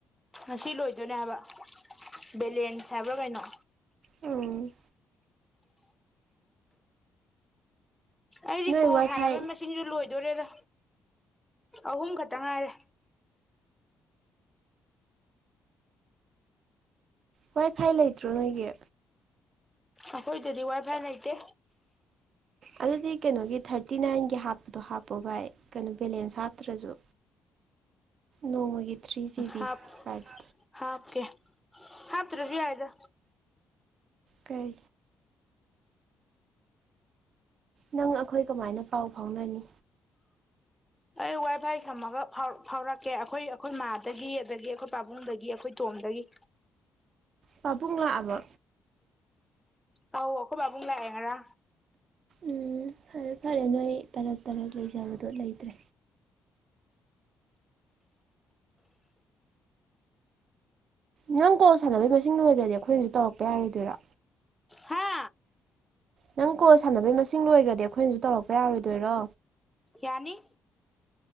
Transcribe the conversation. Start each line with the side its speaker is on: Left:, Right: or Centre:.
Centre: ꯉꯁꯤ ꯂꯣꯏꯗꯣꯏꯅꯦ ꯍꯥꯏꯕ ꯕꯦꯂꯦꯟꯁ ꯍꯥꯏꯕ꯭ꯔꯥ ꯀꯩꯅꯣ
Right: ꯎꯝ
Centre: ꯑꯩꯗꯤ
Right: ꯅꯣꯏ
Centre: ꯈꯣꯡ
Right: ꯋꯥꯏ
Centre: ꯁꯥꯟꯅꯕꯒꯤ
Right: ꯐꯥꯏ
Centre: ꯃꯁꯤꯡꯁꯨ ꯂꯣꯏꯗꯣꯔꯦꯗ ꯑꯍꯨꯝ ꯈꯛꯇꯪ ꯉꯥꯏꯔꯦ
Right: ꯋꯥꯏ ꯐꯥꯏ ꯂꯩꯇ꯭ꯔꯣ ꯅꯣꯏꯒꯤ
Centre: ꯑꯩꯈꯣꯏꯗꯗꯤ ꯋꯥꯏ ꯐꯥꯏ ꯂꯩꯇꯦ
Right: ꯑꯗꯨꯗꯤ ꯀꯩꯅꯣꯒꯤ ꯊꯥꯔꯇꯤ ꯅꯥꯏꯟꯒꯤ ꯍꯥꯞꯄꯗꯣ ꯍꯥꯞꯄꯣ ꯚꯥꯏ ꯀꯩꯅꯣ ꯕꯦꯂꯦꯟꯁ ꯍꯥꯞꯇ꯭ꯔꯁꯨ ꯅꯣꯡꯃꯒꯤ ꯊ꯭ꯔꯤ ꯖꯤꯕꯤ
Centre: ꯍꯥꯞ
Right: ꯄꯔ
Centre: ꯍꯥꯞꯀꯦ ꯍꯥꯞ ꯔꯚ ꯍꯥꯏꯗ
Right: ꯀꯩ ꯅꯪ ꯑꯩꯈꯣꯏ ꯀꯃꯥꯏꯅ ꯄꯥꯎ ꯐꯥꯎꯅꯅꯤ
Centre: ꯑꯩ ꯋꯥꯏ ꯐꯥꯏ ꯁꯝꯃꯒ ꯐꯥꯎꯔꯛꯀꯦ ꯑꯩꯈꯣꯏ ꯑꯩꯈꯣꯏ ꯃꯥꯗꯒꯤ ꯑꯗꯒꯤ ꯑꯩꯈꯣꯏ ꯄꯥꯕꯨꯡꯗꯒꯤ ꯑꯩꯈꯣꯏ ꯇꯣꯝꯗꯒꯤ
Right: ꯄꯥꯕꯨꯡꯡꯂꯥꯛ ꯑꯕꯣ
Centre: ꯑ ꯑꯣꯀꯣꯏ ꯥꯕꯨꯡ ꯂꯥꯛꯑꯦꯉ
Right: ꯎꯝ ꯐꯔꯦ ꯐꯔꯦ ꯅꯣꯏ ꯇꯔꯥꯛ ꯇꯔꯛ ꯂꯩꯖꯕꯗꯣ ꯂꯩꯇ꯭ꯔꯦ ꯅꯪ ꯀꯣ ꯁꯥꯟꯅꯕꯩ ꯃꯁꯤꯡ ꯂꯣꯏꯈ꯭ꯔꯗꯤ ꯑꯩꯈꯣꯏꯅꯁꯨ ꯇꯧꯔꯛꯄ ꯌꯥꯔꯣꯏꯗꯣꯏꯔꯥ
Centre: ꯍꯥ
Right: ꯅꯪ ꯀꯣ ꯁꯥꯟꯅꯕꯩ ꯃꯁꯤꯡ ꯂꯣꯏꯈ꯭ꯔꯗꯤ ꯑꯩꯈꯣꯏꯅꯁꯨ ꯇꯧꯔꯛꯄ ꯌꯥꯔꯣꯏꯗꯣꯏꯔꯣ
Centre: ꯌꯥꯅꯤ